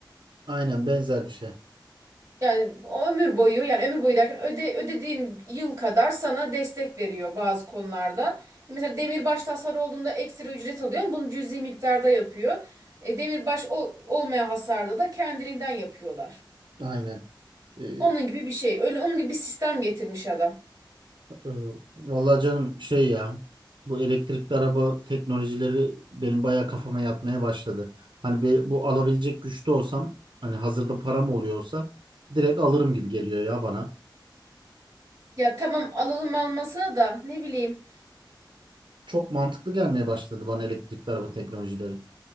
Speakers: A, on the right; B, on the right.
A: Aynen benzer bir şey.
B: Yani o ömür boyu yani ömür boyu derken öde, ödediğin yıl kadar sana destek veriyor bazı konularda. Mesela demirbaş hasarı olduğunda ekstra ücret alıyor ama bunu cüzi miktarda yapıyor. E, demirbaş ol- olmayan hasarda da kendiliğinden yapıyorlar.
A: Aynen. Ee,
B: Onun gibi bir şey. Öyle onun gibi bir sistem getirmiş adam.
A: e, vallahi canım şey ya bu elektrikli araba teknolojileri benim bayağı kafama yatmaya başladı. Hani be- bu alabilecek güçte olsam hani hazırda param oluyorsa direkt alırım gibi geliyor ya bana.
B: Ya tamam alalım almasına da ne bileyim.
A: Çok mantıklı gelmeye başladı bana elektrikli araba teknolojileri.